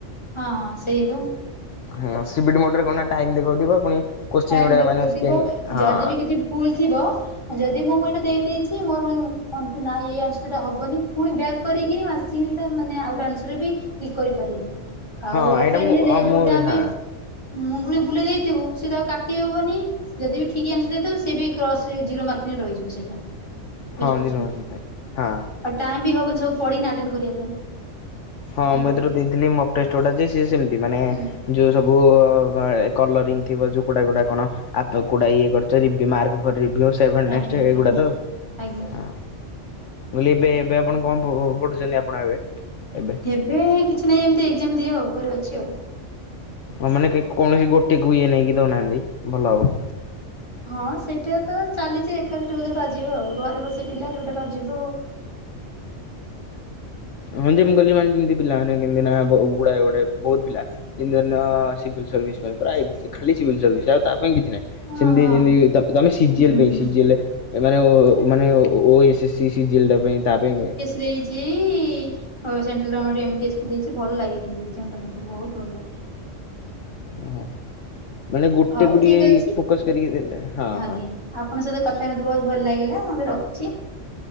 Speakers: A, on the left; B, on the left.
A: ହଁ ହଁ ସେଇ ବା
B: ହଁ ସିିବିଡି ମୋଡରେ କଣ ନା ଟାଇମ ଦେଖଉଥିବ ପୁଣି। କୋଶ୍ଚିନ୍
A: ଟାଇମ
B: ଗୁଡା
A: ଦେଖଉଥିବ
B: ମାନେ ସ୍କ୍ରିନ୍ ହଁ।
A: ଯଦି ବି କିଛି ଭୁଲ ଥିବ। ଯଦି ମୁଁ ମୁଁ ଏଇଟା ଦେଇ ଦେଇଛି ମୋର କଁ କନ୍ଫୂଜ ନା ଏଇ ଆନ୍ସର ଟା ହବନି ଫୁଣି ବ୍ୟାକ୍ କରିକି ଆସ ଚିନ ଟା ମାନେ ଆଉଟା ଆନ୍ସର ବି କ୍ଲିକ କରିପାରିବୁ ଆଉ
B: ହଁ ଏଇଟା
A: ଅଫଲାଇନ
B: ମୁଁ
A: ହେଲେ
B: ହଁ
A: ଯୋଉଟା
B: ମୁଁ
A: ଆମେ
B: ହଁ
A: ମୁଣ୍ଡୁଳି ବୁଲେଇ ଦେଇ ଥିବୁ। ସେ ତା ଆଉ କାଟି ହବନି ଯଦି ବି ଠିକ୍ ଆନ୍ସର ହେଇଥିବ ସିଏ ବି କ୍ରସ ଜିରୋ ମାର୍କିରେ ରହିଯିବ ସେଇଟା।
B: ହଁ
A: ବୁଝି ପାରୁଛନ୍ତି
B: ନିରମା ହଁ।
A: ଆଉ ଟାଇମି ବି ହବନି ସବୁ ପଢି କିନା ଆଟେନ କରିବା ପାଇଁ।
B: ହଁ
A: ବୁଝିପାରୁଛନ୍ତି
B: ମୁଁ ଏଥର ଦେଇଥିଲି ମକଟେଷ୍ଟ ଗୋଟା ଯେ ସିଏ ସେମିତି ମାନେ।
A: ହୁଁ।
B: ଯୋଉ ସବୁ ଅ ବା ଏ କଲରିଙ୍ଗ ଥିବ ଯୋଉ କୋଉଟା କୋଉଟା କଣ। ଆଫ୍ଟର କୋଉଟା ଇଏ କରିଛ, ରିଭିୟୁ ମାର୍କ ଫର ରିଭିୟୁ ସେଭେ ନେଷ୍ଟେ
A: ଆଜ୍ଞା ଆଜ୍ଞା
B: ଏଇ ଗୁଡ଼ା ତ
A: ଆଜ୍ଞା
B: ଆଉ। ମୁଁ କହିଲି ଏବେ ଏବେ ଆପଣ କଁ ପ ପ ପଢୁଛନ୍ତି ଆପଣ ଏବେ? ଏବେ।
A: ଏବେ କିଛି ନାହିଁ ଏମିତି ଏଗ୍ ଜାମ୍ ଦିଏ ଆଉ ଘରେ ଅଛି ଆଉ।
B: ହଁ ମାନେ କେ କୌଣସି ଗୋଟେକୁ ଇଏ ନେଇକି ଦଉନାହାନ୍ତି ଭଲ ହବ।
A: ହଁ ସେଇଟା ତ ଚାଲିଛି ଦେଖାଯାଉ ଯୋଉଥିରେ ବାଜିବ ଆଉ ଘରେ ବସି ପିଲା ଯୋଉଟା ବାଜିବ ଆଉ
B: ହଁ ଯେ ମୁଁ କଇଲି <unintelligible> ଯେମିତି ପିଲାମାନେ କେମିତି ନା ହବ ଉଗୁଡାଏ ଗୁଡାଏ ବହୁତ ପିଲା। <unintelligible> ସିଭିଲ୍‌ ସର୍ଭିସ ପାଇଁ <unintelligible> ଖାଲି ସିଭିଲ୍ ସର୍ଭିସ ଆଉ ତା ପାଇଁ କିଛି ନାଇଁ।
A: ହଁ
B: ସେମିତି
A: ହଁ
B: ଯେମିତି ତ-ତମେ ସିଜିଏଲ
A: ହୁଁ
B: ପାଇଁ
A: ହୁଁ
B: ସିଜିଏଲ ରେ ମାନେ ଓ ମାନେ ଓ ଓଏସେ ସି ସି ସିଜିଏଲ ଟା ପାଇଁ ତା ପାଇଁ
A: ଦେଇଚି ଅ central government M T S ବି ଦେଇଚି। ସେ ଭଲ ଲାଗେ କିନ୍ତୁ ଏକ୍ଜାମ ଟା ମତେ ବହୁତ ଭଲ ଲାଗେ।
B: ଓହୋ ମାନେ ଗୋଟେକୁ
A: ହଉ ଠିକ
B: ଟିକିଏ ଇଏ
A: ଅଛି।
B: ଫୋକସ କରିକି ଦେଲେ ହଁ
A: ଆଜ୍ଞା
B: ହଁ।
A: ଆପଣଙ୍କ ସହିତ କଥା ହେଇ ମୋତେ ବହୁତ ଭଲ ଲାଗିଲା ମୁଁ ଏବେ ରଖୁଚି।